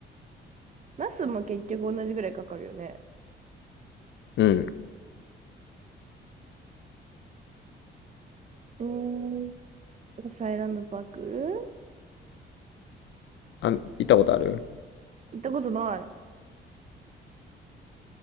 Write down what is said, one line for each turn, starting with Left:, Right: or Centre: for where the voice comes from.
Right: ナスも結局同じぐらいかかるよね。
Left: うん。
Right: うーん、サイランドパーク
Left: あ、行ったことある
Right: 行ったことない。